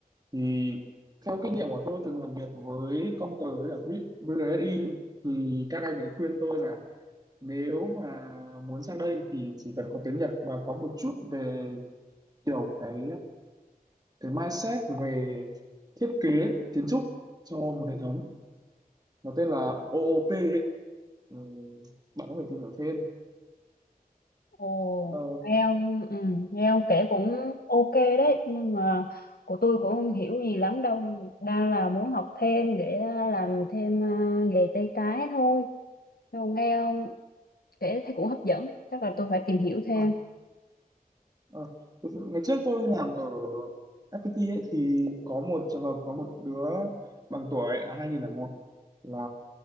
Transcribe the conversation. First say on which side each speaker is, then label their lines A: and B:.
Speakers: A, on the right; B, on the left.
A: thì theo kinh nghiệm của tôi từng làm việc với Comter với cả bê- BRSI thì các anh ấy khuyên tôi là nếu mà muốn sang đây thì chỉ cần có tiếng Nhật và có một chút về kiểu cái cái mindset về thiết kế kiến trúc cho một hệ thống nó tên là OOP ấy. Ừ, bạn có thể tìm hiểu thêm
B: Ồ,
A: ờ,
B: nghe ông ừ, nghe ông kể cũng ok đấy nhưng mà của tôi cũng không hiểu gì lắm đâu đang là muốn học thêm để làm thêm à, nghề tay trái thôi Không, nghe không? Kể thấy cũng hấp dẫn. Chắc là tôi phải tìm hiểu thêm.
A: à, à, ngày trước tôi làm ở FPT ấy, thì có một trường hợp có một đứa bằng tuổi là hai nghìn lẻ một là